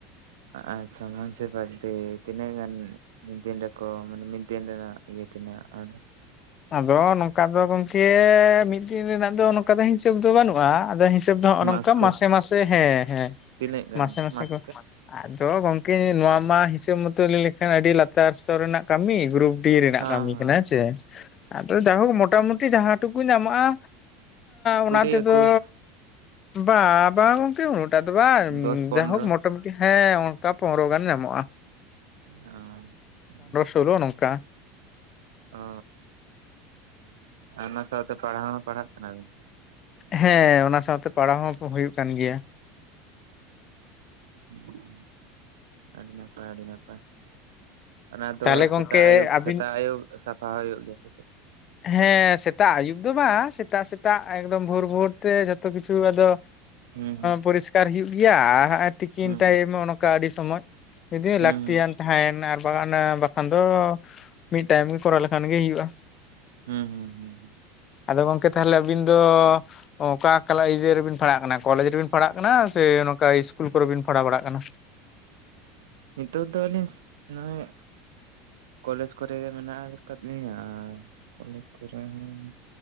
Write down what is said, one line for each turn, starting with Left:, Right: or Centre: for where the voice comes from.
Right: ᱟᱪᱪᱷᱟ <unintelligible> ᱛᱤᱱᱟᱹᱜ ᱜᱟᱱ ᱫᱤᱴᱟᱹ ᱠᱚ ᱢᱟᱱᱮ ᱢᱤᱫ ᱫᱤᱱ ᱨᱮᱱᱟᱜ ᱤᱭᱟᱹ ᱛᱤᱱᱟᱜ ᱟᱴ
Left: ᱟᱫᱚ ᱱᱚᱝᱠᱟ ᱫᱚ ᱜᱚᱝᱠᱮ ᱢᱤᱫ ᱫᱤᱱ ᱨᱮᱱᱟᱜ ᱫᱚ ᱱᱚᱠᱟ ᱫᱚ ᱦᱤᱥᱟᱹᱵ ᱫᱚ ᱵᱟᱹᱱᱩᱜ-ᱟ ᱟᱫᱚ ᱦᱤᱥᱟᱹᱵᱽ ᱫᱚ ᱦᱚᱜᱚ ᱱᱚᱝᱠᱟ
Right: ᱢᱟᱥ ᱠᱚ
Left: ᱢᱟᱥᱮ ᱢᱟᱥᱮ ᱦᱮᱸ ᱦᱮᱸ
Right: ᱛᱤᱱᱟᱹᱜ ᱜᱟᱱ
Left: ᱢᱟᱥᱮ ᱢᱟᱥᱮ
Right: ᱢᱟᱥ
Left: ᱠᱚ ᱟᱫᱚ ᱜᱚᱢᱠᱮ ᱱᱚᱣᱟ ᱢᱟ ᱦᱤᱥᱟᱹᱵ ᱢᱚᱛᱚ ᱞᱟᱹᱭ ᱞᱮᱠᱷᱟᱱ ᱟᱹᱰᱤ ᱞᱟᱛᱟᱨ ᱥᱛᱚᱨ ᱨᱮᱱᱟᱜ ᱠᱟᱹᱢᱤ ᱜᱨᱩᱯ ᱰᱤ ᱨᱮᱱᱟᱜ
Right: ᱦᱚᱸ
Left: ᱠᱟᱢᱤ ᱠᱟᱱᱟ
Right: ᱦᱚᱸ
Left: ᱦᱮᱥᱮ ᱟᱫᱚ ᱡᱟᱭᱦᱳᱠ ᱢᱚᱴᱟᱢᱩᱴᱤ ᱡᱟᱦᱟᱸ ᱴᱩᱠᱩ ᱧᱟᱢᱚᱜ-ᱟ, ᱚᱱᱟ
Right: ᱠᱩᱰᱤ
Left: ᱛᱮ
Right: ᱮᱠᱩᱥ
Left: ᱫᱚ ᱵᱟ ᱵᱟ ᱜᱚᱢᱠᱮ ᱩᱱᱟᱹᱜ ᱴᱟᱜ ᱫᱚ ᱵᱟᱝ
Right: ᱫᱚᱥ ᱯᱚᱱᱨᱚ
Left: ᱡᱟᱭᱦᱳᱠ ᱢᱚᱴᱟᱢᱴ ᱦᱮᱸ ᱚᱱᱠᱟ ᱯᱚᱱᱨᱚ ᱜᱟᱱ ᱧᱟᱢᱚᱜ-ᱟ ᱾
Right: <inaudible>
Left: ᱛᱩᱞᱟᱹᱣ ᱱᱚᱝᱠᱟ,
Right: ᱚᱻ ᱟᱨ ᱚᱱᱟ ᱥᱟᱣᱛᱮ ᱯᱟᱲᱦᱟᱣ ᱦᱚᱸ ᱯᱟᱲᱦᱟᱜ ᱠᱟᱱᱟ ᱜᱚᱢᱠᱮ,
Left: ᱦᱮᱸ ᱚᱱᱟ ᱥᱟᱶᱛᱮ ᱯᱟᱲᱦᱟᱣ ᱦᱚᱸ ᱦᱩᱭᱩᱜ ᱠᱟᱱ ᱜᱮᱭᱟ᱾
Right: ᱦᱩ, ᱟᱹᱰᱤ ᱱᱟᱯᱟᱭ ᱟᱹᱰᱤ ᱱᱟᱯᱟᱭ ᱚᱱᱟ ᱫᱚ
Left: ᱛᱟᱦᱚᱞᱮ ᱜᱚᱝᱠᱮ
Right: ᱥᱮᱛᱟᱜ ᱟᱹᱭᱩᱵ
Left: ᱟᱹᱵᱤᱱ
Right: ᱥᱮᱛᱟᱜ ᱟᱹᱭᱩᱵ ᱥᱟᱯᱷᱟ ᱦᱳᱭᱳᱜ ᱫᱚ ᱥᱮ ᱪᱮᱫ?
Left: ᱦᱮᱸ ᱥᱮᱛᱟᱜ ᱟᱹᱭᱩᱵ ᱫᱚ ᱵᱟᱝ, ᱥᱮᱛᱟᱜ ᱥᱮᱛᱟᱜ ᱮᱠᱫᱚᱢ ᱵᱷᱳᱨ ᱵᱷᱳᱨ ᱛᱮ ᱡᱷᱚᱛᱚ ᱠᱤᱪᱷᱩ ᱟᱫᱚ
Right: ᱦᱩᱸ
Left: ᱯᱚᱨᱤᱥᱠᱟᱨ ᱦᱩᱭᱩᱜ ᱜᱮᱭᱟ ᱟᱨ ᱦᱟᱸᱜ-ᱟᱭ ᱛᱤᱠᱤᱱ
Right: ᱦᱩᱸ
Left: ᱴᱟᱭᱤᱢ ᱚᱱᱝᱠᱟ ᱟᱹᱰᱤ ᱥᱚᱢᱚᱭ ᱡᱩᱫᱤ
Right: ᱦᱩᱸ
Left: ᱞᱟᱠᱛᱤᱭᱟᱱ
Right: ᱦᱩᱸ
Left: ᱛᱟᱦᱮᱱᱟ, ᱵᱟᱝ ᱟᱱᱟ ᱵᱟᱠᱷᱟᱱ ᱫᱚ ᱢᱤᱫᱴᱟᱭᱤᱢ ᱜᱮ ᱠᱚᱨᱟᱣ ᱞᱮᱠᱷᱟᱱ ᱜᱮ ᱦᱩᱭᱩᱜ-ᱟ᱾
Right: ᱦᱩᱸ ᱦᱩᱸ ᱦᱩᱸ,
Left: ᱟᱫᱚ ᱜᱚᱝᱠᱮ ᱛᱟᱦᱚᱞᱮ ᱟᱹᱵᱤᱱ ᱫᱚ ᱚᱠᱟ ᱠᱞᱟ ᱤᱭᱟᱹ ᱨᱮᱵᱤᱱ ᱯᱟᱲᱦᱟᱜ ᱠᱟᱱᱟ ᱠᱚᱞᱮᱡᱽ ᱨᱮᱵᱤᱱ ᱯᱟᱲᱟᱜ ᱠᱟᱱᱟ ᱥᱮ ᱱᱚᱝᱠᱟ ᱤᱥᱠᱩᱞ ᱠᱚᱨᱮ ᱵᱤᱱ ᱯᱟᱲᱟᱣ ᱵᱟᱲᱟᱜ ᱠᱟᱱᱟ?
Right: ᱱᱤᱛᱚᱜ ᱫᱚ ᱟᱹᱞᱤᱧᱥ ᱱᱚᱭ-ᱚᱭ ᱠᱚᱞᱮᱡᱽ ᱠᱚᱨᱮ ᱜᱮ ᱢᱮᱱᱟᱜ ᱟᱠᱟᱫ ᱞᱤᱧᱟ ᱟᱨ ᱠᱚᱞᱮᱡᱽ ᱠᱚᱨᱮ ᱦᱚᱸ